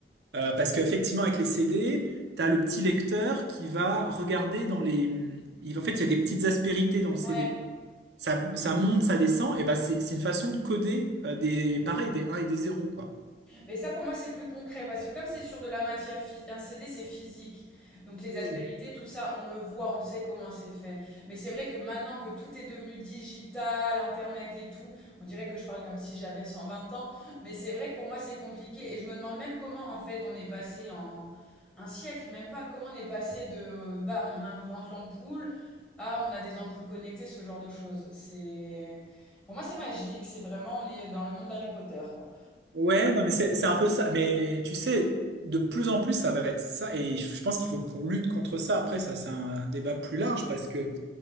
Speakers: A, on the right (about 75°); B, in the centre.
A: Euh, parce qu'effectivement, avec les CD, tu as le petit lecteur qui va regarder dans les... il- en fait, il y a des petites aspérités dans le CD.
B: Ouais.
A: ça, ça monte, ça descend, et ben c'est c'est une façon de coder euh, des, pareil, des un et des zéro quoi.
B: Mais ça, pour moi, c'est plus concret parce que comme c'est sur de la matière, phys- un CD, c'est physique. Donc les
A: Hmm.
B: aspérités, tout ça, on le voit, on sait comment c'est fait. Mais c'est vrai que maintenant que tout est devenu digital, Internet et tout, on dirait que je parle comme si j'avais 120 ans. Mais c'est vrai que pour moi, c'est compliqué. Et je me demande même comment, en fait, on est passé en un siècle, même pas, comment on est passé de, euh, bam, on invente l'ampoule, à on a des ampoules connectées, ce genre de choses. C'est... Pour moi, c'est magique. C'est vraiment, on est dans le monde d'Harry Potter, quoi.
A: Ouais, non, mais c'est c'est un peu ça. Mais tu sais, de plus en plus, ça va être ça. Et je pense qu'il faut qu'on lutte contre ça. Après, ça, c'est un débat plus large parce que